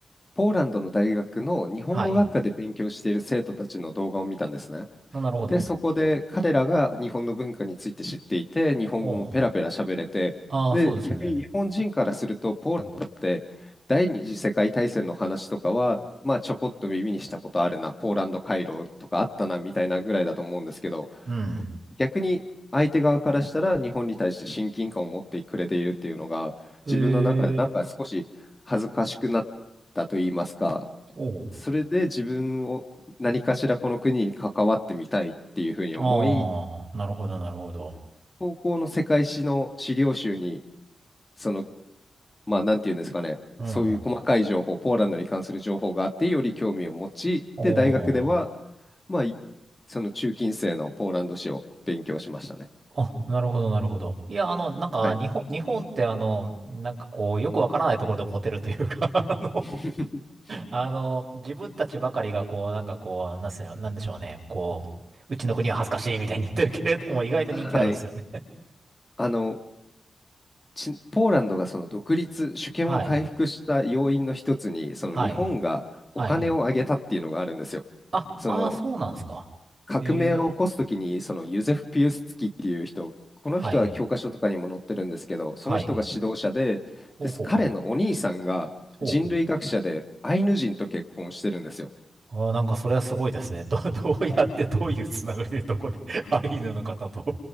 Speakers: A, on the left; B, on the right.
A: ポーランドの大学の日本語学科で勉強している生徒たちの動画を見たんですね。
B: はい。あなるほど。
A: で、そこで彼らが日本の文化について知っていて、日本語もペラペラ喋れて、
B: おう。ああ、
A: で、
B: そうですね。
A: 逆に日本人からすると、ポーランドって第二次世界大戦の話とかは、まあ、ちょこっと耳にしたことあるな、ポーランド回廊とかあったなみたいなぐらいだと思うんですけど、
B: うん。
A: 逆に相手側からしたら日本に対して親近感を持ってくれているっていうのが、
B: へ
A: 自分の中でなんか少し恥ずかしくなったといいますか、
B: え、おう。
A: それで自分を何かしらこの国に関わってみたいっていうふうに思い、
B: ああ、なるほど、なるほど。
A: 高校の世界史の資料集に、その、まあ、なんていうんですかね、
B: うん。
A: そういう細かい情報、ポーランドに関する情報があって、より興味を持ち、
B: おう。
A: で、大学では、まあ、その中近世のポーランド史を勉強しましたね。
B: あ、なるほど、なるほど。いや、あの、なんか、
A: はい。
B: 日本、日本って、あの、なんかこう、よくわからないところでモテるというか、<laughs> あの、
A: <laughs>
B: あの、自分たちばかりが、こう、なんかこう、なんすよ、なんでしょうね、こう、うちの国は恥ずかしいみたいに言ってるけれども、意外と人気あるんですよね。
A: はい。あの、ちポーランドがその独立、主権を回復した要因の一つに、
B: はい、
A: その日本がお金を上げたっていうのがあるんですよ。
B: はい、はい。あ、
A: その
B: ああ、そうなんですか。
A: 革命を起こすときに、
B: ええ、
A: そのユゼフ・ピウスツキっていう人、この人は教科書とかにも載ってるんですけど、
B: はい、はい。
A: その人が指導者で、
B: ほうほう、
A: です彼のお兄さんが人類学者でアイヌ人と結婚してるんですよ。
B: ほう。あーなんか、それはすごいですね。ど、<laughs> どうやって、
A: あ
B: どういうつながりで、どこで、<laughs> アイヌの方と。